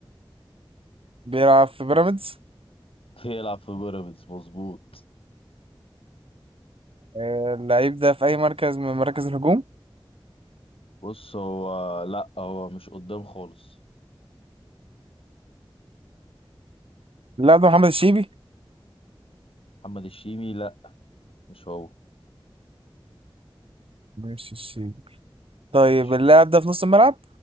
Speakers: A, on the right; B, on the left.
A: بيلعب في بيراميدز
B: <laughs> بيلعب في بيراميدز مظبوط
A: آه، اللعيب ده في أي مركز من مراكز الهجوم
B: بص هو لا هو مش قدام خالص
A: اللاعب ده محمد الشيبي
B: محمد الشيمي لا مش هو
A: مش الشيبي طيب
B: مش الشيمي
A: اللاعب ده في نص الملعب